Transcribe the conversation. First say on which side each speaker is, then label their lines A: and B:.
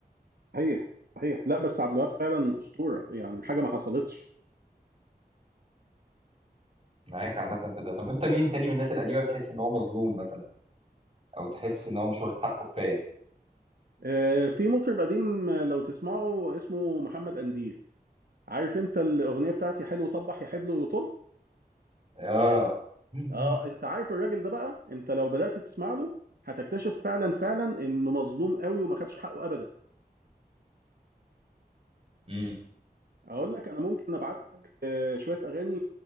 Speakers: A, on the right; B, on the right.
A: صحيح صحيح لا بس عبد الوهاب فعلا اسطوره يعني حاجه ما حصلتش
B: معاك عامة في ده طب أنت مين تاني من الناس القديمة بتحس إن هو مظلوم مثلا أو تحس إن هو مش واخد حقه كفاية
A: آه، في مطرب قديم آه، لو تسمعه اسمه محمد قنديل عارف انت الاغنيه بتاعتي حلو صبح يا حبل وطل
B: آه <laughs>
A: اه انت عارف الراجل ده بقى انت لو بدات تسمع له هتكتشف فعلا فعلا انه مظلوم قوي وما خدش حقه ابدا
B: امم
A: اقول لك انا ممكن ابعت لك آه، شويه اغاني